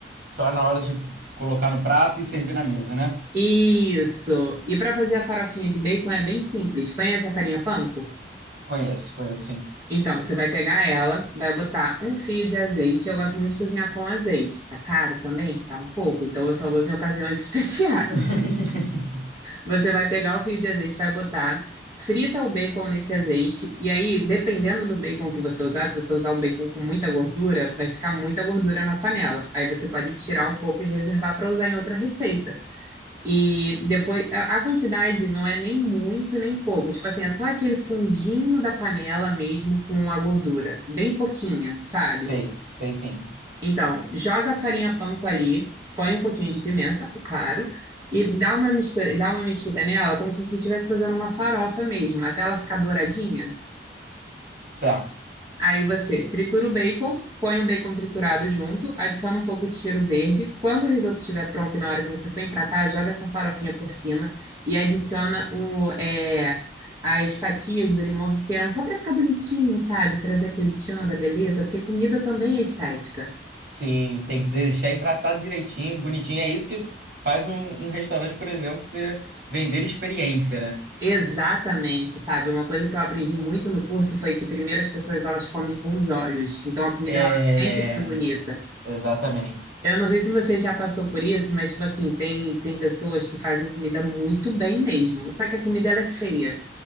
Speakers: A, on the right (about 50°); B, on the right (about 20°).
A: Só na hora de colocar no prato e servir na mesa, né?
B: Isso! E para fazer a farofinha de bacon é bem simples. Conhece a farinha panko?
A: Conheço, conheço sim.
B: Então, você vai pegar ela, vai botar um fio de azeite. Eu gosto muito de cozinhar com azeite. Tá caro também? Tá um pouco. Então, eu só uso em ocasiões <laughs> especiais.
A: <laughs>
B: Você vai pegar o fio de azeite, vai botar, frita o bacon nesse azeite, e aí, dependendo do bacon que você usar, se você usar um bacon com muita gordura, vai ficar muita gordura na panela. Aí você pode tirar um pouco e reservar para usar em outra receita. E depois, a a quantidade não é nem muito nem pouco. Tipo assim, é só aquele fundinho da panela mesmo com a gordura, bem pouquinha, sabe?
A: Sei, sei sim.
B: Então, joga a farinha panko ali, põe um pouquinho de pimenta, claro, e dá uma mistura, e dá uma mexida nela como se você estivesse fazendo uma farofa mesmo, até ela ficar douradinha.
A: Certo.
B: Aí você tritura o bacon, põe o bacon triturado junto, adiciona um pouco de cheiro verde. Quando o risoto estiver pronto e na hora que você for empratar, joga essa farofinha por cima e adiciona o, é, as fatias do limão siciliano, só para ficar bonitinho, sabe? Trazer aquele tchan da beleza, porque comida também é estética.
A: Sim, tem que deixar empratado direitinho, bonitinho. É isso que faz um, um restaurante, por exemplo, ter- vender experiência, né?
B: Exatamente, sabe? Uma coisa que eu aprendi muito no curso foi que primeiro as pessoas elas comem com os olhos, então a comida
A: É,
B: ela tem que ser bonita.
A: exatamente.
B: Eu não sei se você já passou por isso, mas tipo assim, tem tem pessoas que fazem comida muito bem mesmo, só que a comida ela é feia.